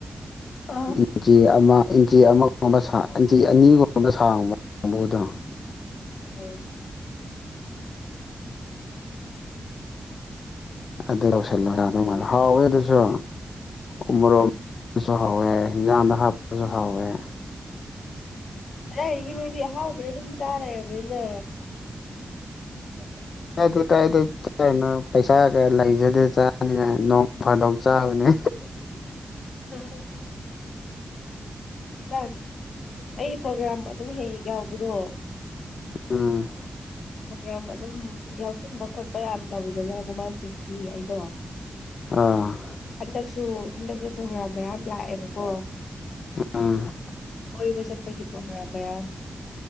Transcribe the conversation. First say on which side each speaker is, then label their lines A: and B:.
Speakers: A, on the left; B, on the left.
A: ꯑꯥ
B: ꯂꯤꯟꯆꯤ ꯑꯃ ꯏꯟꯆꯤ ꯑꯃꯒꯨꯝꯕ ꯁꯥꯡ ꯏꯟꯆꯤ ꯑꯅꯤꯒꯨꯝꯕ ꯁꯥꯡꯕ ꯕꯨꯗꯣ
A: ꯎꯝ
B: ꯑꯗꯨ ꯂꯩꯁꯤꯜꯕ ꯌꯥꯗꯧ
A: ꯎꯝ
B: ꯃꯥꯜꯂ‌ꯦ ꯍꯥꯎꯋꯦ ꯑꯗꯨꯁꯨ ꯎꯃ꯭ꫭꯔꯣꯛ ꯃꯤꯠꯁꯨ ꯍꯥꯎꯋ‌ꯦ ꯍꯤꯟꯖꯥꯡꯗ ꯍꯥꯞꯁꯨ ꯍꯥꯎꯋ‌ꯦ
A: ꯀꯗꯥꯏꯗꯒꯤ ꯅꯣꯏꯗꯤ ꯑꯍꯥꯎꯕꯗ ꯑꯗꯨꯝ ꯆꯥꯔ ꯂꯩꫪꯕꯅꯤꯅ
B: ꯇꯥꯗ‌ꯦ ꯇꯥꯗ‌ꯦ ꯀꯥꯏꫪꯩꯅꫭ ꯄꯩꯁꯥꯒ ꯂꯩꯖꯗ‌ꯦ ꯆꯥꯅꯤꯅ‌ꯦ ꯅꯣꯡ ꯐꯥꯗꯣꯛ ꯆꯥꯕꯅꯦ
A: <unintelligible> ꯍꯧꯖꯤꯛꯀꯥꯟ ꯑꯩꯒꯤ ꯄ꯭ꯔꯣꯒ꯭ꯔꯥꯝ ꯑꯗꯨꯝ ꯍꯦꯛ ꯍ‌ꯦꯛ ꯌꯥꯎꯕꯗꯣ
B: ꯎꯝ
A: ꯄꫭꯒ꯭ꯔꯝ ꯑꯗꯨꯝ ꯌꯥꯎꯁꯟꯕ ꯈꯣꯠꯄ ꯌꯥꯝ ꯇꯧꯋꯤꯗꯅ ꯃꯃꯜ ꯆꯤꯡꯗꯤ ꯑꯩꯗꯣ
B: ꯑꯥ
A: ꯍꯟꯗꯛꯁꯨ ꯍꯟꯗꯛꯁꯨ ꯄ꯭ꯔꯣꯒ꯭ꯔꯥꯝ ꯃꯌꯥꯝ ꯂꯥꯛꯑꯦꯕꯀꯣ
B: ꯎꯝ
A: ꯀꯣꯏ ꯆꯠꯄꯍꯤ ꯄ꯭ꯔꯣꯒ꯭ꯔꯝ ꯌꯥꯝ